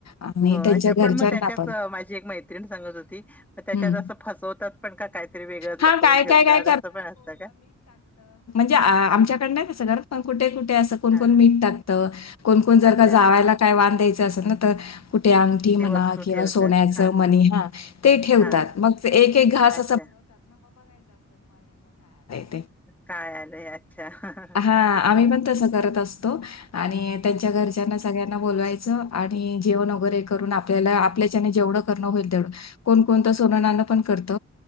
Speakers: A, on the left; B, in the centre.
A: आणि
B: हो
A: त्यांच्या
B: अच
A: घरच्यांना
B: पण मग त्याच्यात
A: पण.
B: माझी एक मैत्रण सांगत होती त्याच्यात
A: हं.
B: अस फसवतात पण का काहीतरी वेगळं
A: हां,
B: लपून
A: काय,
B: ठेवतात
A: काय, काय
B: असं पण असत का
A: ण आमच्याकड नाहीर कुठे कुठे अस कोण
B: हां,
A: कोण मीठ टाकतं कोण कोण जर
B: अच्छा.
A: का जावायला कायांधायच ना तर कुठे अंगठी म्हणा
B: ती वस्तू
A: किंवा
B: ठेवतात.
A: सोन्याच
B: हां,
A: मनिहा ते ठेवतात.
B: हां.
A: मग एक एक घास
B: अच्छा.
A: <inaudible>
B: काय आलंय? अच्छा.
A: हा आम्ही
B: ह
A: पण तसं करत असतो त्यां घरच्या सगळ्यांना बच आणि जेवण वगरे कर आपल्या त्याच्या नी जेवढ करण हाईल तेवढ फक्त सोन नान करत